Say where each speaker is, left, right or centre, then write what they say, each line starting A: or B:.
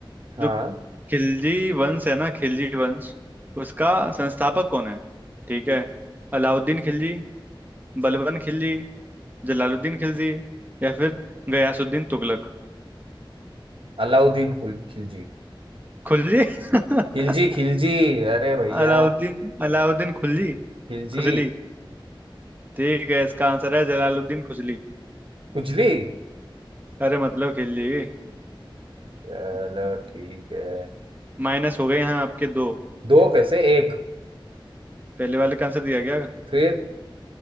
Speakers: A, on the right; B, on the right.
A: हाँ
B: जो खिलजी वंश है ना खिलजी वंश उसका संस्थापक कौन है ठीक है अलाउद्दीन खिलजी बलबन खिलजी जलालुद्दीन खिलजी या फिर गयासुद्दीन तुगलक
A: अलाउद्दीन खुल- खिलजी
B: खुलजी <laughs>
A: खिलजी खिलजी अरे भैया
B: अलाउद्दीन अलाउद्दीन खुलजी
A: खिलजी
B: खुजली ठीक है इसका आंसर है जलालुद्दीन खुजली
A: खुजली
B: अरे मतलब खिलजी
A: चलो ठीक है
B: माइनस हो गए हैं आपके दो
A: दो कैसे एक
B: पहले वाले का आंसर दिया गया
A: फिर